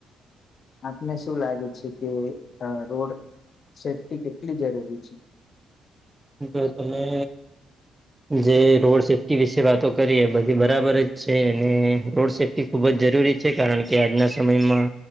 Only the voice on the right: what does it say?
તો તમે જે રોડ સેફ્ટી વિશે વાતો કરીએ બધી બરાબર જ છે અને રોડ સેફ્ટી ખૂબ જ જરૂરી છે કારણ કે આજના સમયમાં